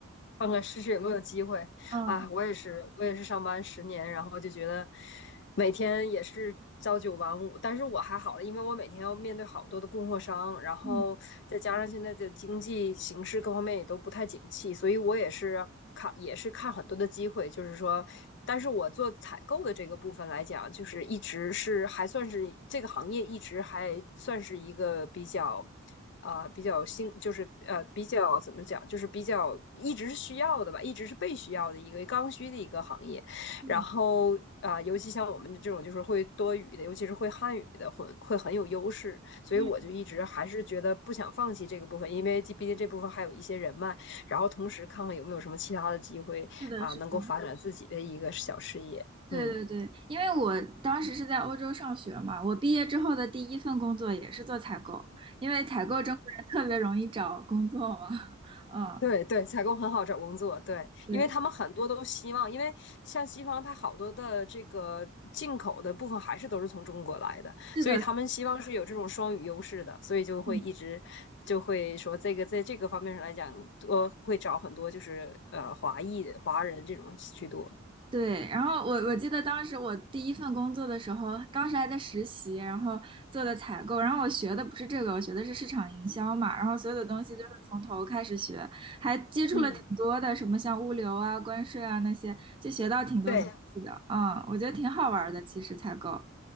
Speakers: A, on the left (about 55°); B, on the right (about 25°).
A: 看看试试有没有机会啊！
B: 嗯
A: 我也是，我也是上班十年，然后就觉得每天也是朝九晚五，但是我还好了，因为我每天要面对好多的供货商，然后再加上现在的经济形势各方面也都不太景气，
B: 嗯
A: 所以我也是看也是看很多的机会，就是说，但是我做采购的这个部分来讲，就是一直是还算是这个行业一直还算是一个比较。啊、呃比较新就是呃比较怎么讲，就是比较一直是需要的吧，一直是被需要的一个刚需的一个行业。
B: 嗯
A: 然后啊、呃尤其像我们这种就是会多语的，尤其是会汉语的，会会很有优势。所以我就一直还是觉得不想放弃这个部分，
B: 嗯，
A: 因为毕竟这部分还有一些人脉，然后同时看看有没有什么其他的机会啊、
B: 是的，是的。
A: 能够发展自己的一个小事业。
B: 对对对，
A: 嗯。
B: 因为我当时是在欧洲上学嘛，我毕业之后的第一份工作也是做采购，因为采购中国人特别容易找工作嘛，<laughs> 嗯，
A: 对对，采购很好找工作，对，
B: 对，
A: 因为他们很多都希望，因为像西方，它好多的这个进口的部分还是都是从中国来的，
B: 是的，
A: 所以他们希望是有这种双语优势的，所以就会一直就会说这个在这个方面上来讲，
B: 嗯
A: 多会找很多就是呃华裔华人这种居多。
B: 对。然后我我记得当时我第一份工作的时候，当时还在实习，然后做的采购，然后我学的不是这个，我学的是市场营销嘛，然后所有的东西都是从头开始学，还接触了挺多的，
A: 嗯，
B: 什么像物流啊、关税啊那些，就学到挺多东西的，
A: 对，
B: 嗯，我觉得挺好玩儿的，其实采购。